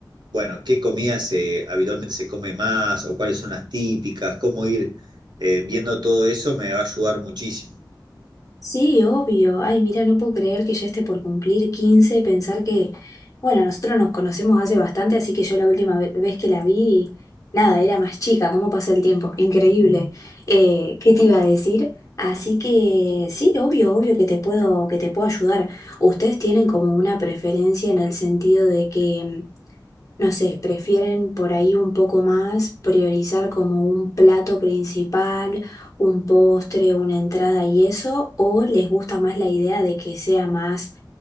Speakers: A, on the right; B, on the left.
A: bueno, qué comida se, habitualmente se come más o cuáles son las típicas, cómo ir eh, viendo todo eso, me va a ayudar muchísimo.
B: Sí, obvio. Ay, mira, no puedo creer que ya esté por cumplir quince pensar que, bueno, nosotros nos conocemos hace bastante, así que yo la última ve- vez que la vi, nada, era más chica, cómo pasa el tiempo, <laughs> increíble. Eh, ¿qué te iba a decir? Así que sí, obvio, obvio que te puedo, que te puedo ayudar. ¿Ustedes tienen como una preferencia en el sentido de que no sé, prefieren por ahí un poco más priorizar como un plato principal, un postre, una entrada y eso, o les gusta más la idea de que sea más